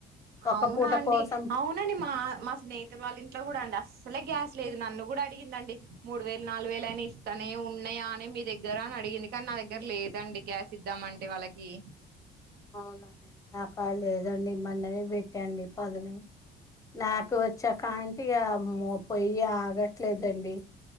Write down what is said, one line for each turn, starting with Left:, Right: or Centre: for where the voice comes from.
Left: ఒక
Right: అవునా
Left: పూట
Right: అండి
Left: కోసం
Right: అవునండి మా మా స్నేహితులు వాళ్ళ ఇంట్లో కూడా అండి అస్ అసలే గ్యాస్ లేదు నన్ను కూడా అడిగిందండి మూడు వేలు నాలుగు వేలు ఐన ఇస్తానే ఉన్నాయా అనే మీ దగ్గర అని అడి అడిగింది కానీ నా దగ్గర లేదండి గ్యాస్ ఇద్దాంమంటే వాళ్ళకి
Left: అవునం నాకాడ లేదండి మన్ననే పెట్టా అండి పదును నాకు వచ్చా కాంట ఇగ పొయ్యి ఆగట్లేదండి